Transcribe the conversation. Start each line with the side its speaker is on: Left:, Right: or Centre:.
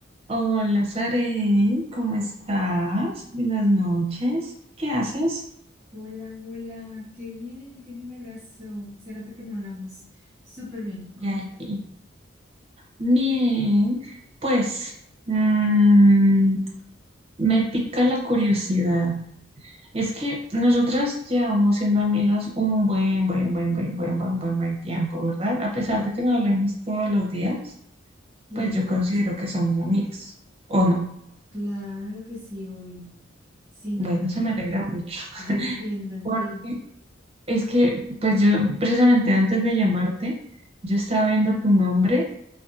Right: Hola, Sare, ¿cómo estás? Buenas noches. ¿Qué haces?
Centre: Hola, hola, qué bien, qué milagroso. Hace rato que no hablamos. Súper bien,
Right: Ya
Centre: ¿cómo estás?
Right: sí. Bien, pues mm, me pica la curiosidad. Es que nosotras llevamos siendo amigas un buen, buen, buen, buen, buen, buen, buen, buen tiempo, ¿verdad? A pesar de que nos hablemos todos los días,
Centre: Sí,
Right: pues yo
Centre: tienes
Right: considero
Centre: razón.
Right: que somos amigas, ¿o no?
Centre: Claro que sí, obvio. Sí,
Right: Bueno,
Centre: no,
Right: eso me alegra mucho. <laughs>
Centre: yo entiendo, entiendo.
Right: Porque Es que, pues yo precisamente antes de llamarte, yo estaba viendo tu nombre